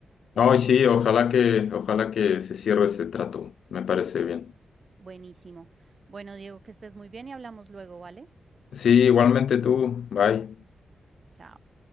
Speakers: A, on the left; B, on the right.
A: Ay, sí, ojalá que, ojalá que se cierre ese trato. Me parece bien.
B: Buenísimo. Bueno, Diego, que estés muy bien y hablamos luego, ¿vale?
A: Sí, igualmente tú. Bye.
B: Chao.